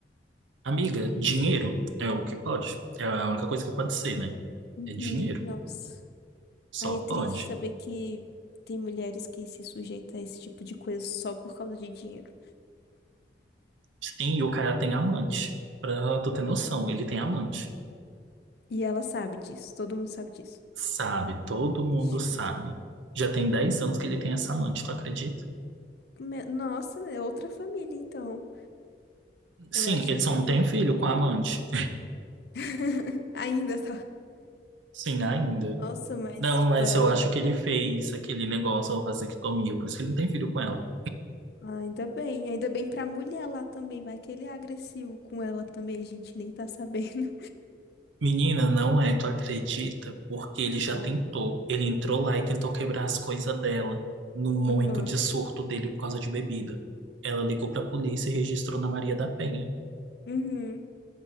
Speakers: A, on the right (about 90°); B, on the left (about 60°).
A: Amiga, dinheiro é o que pode. É a única coisa que pode ser, né?
B: Uhum,
A: É dinheiro.
B: nossa.
A: Só
B: Aí é triste
A: pode.
B: saber que tem mulheres que se sujeitam a esse tipo de coisa só por causa de dinheiro.
A: Sim, e o cara tem amante. Pra tu ter noção, ele tem amante.
B: E ela sabe disso, todo mundo sabe disso.
A: Sabe, todo mundo
B: Ixi,
A: sabe.
B: Maria.
A: Já tem 10 anos que ele tem essa amante, tu acredita?
B: Me- Nossa, é outra família, então.
A: Sim,
B: Eu acho
A: ele
B: que
A: só não tem filho com a amante.
B: <laughs> ainda tá.
A: <laughs> Sim, ainda.
B: Nossa, mas,
A: Não,
B: tipo,
A: mas
B: ela.
A: eu acho que ele fez aquele negócio, a vasectomia, por isso que ele não tem filho com ela.
B: Ah, Ainda bem. Ainda bem pra mulher lá também. Vai que ele é agressivo com ela também. A gente nem tá sabendo.
A: Menina, não é, tu acredita? Porque ele já
B: <laughs> Ai.
A: tentou. Ele entrou lá e tentou quebrar as coisas dela no momento
B: Uhum.
A: de surto dele por causa de bebida. Ela ligou pra polícia e registrou na Maria da Penha.
B: Uhum.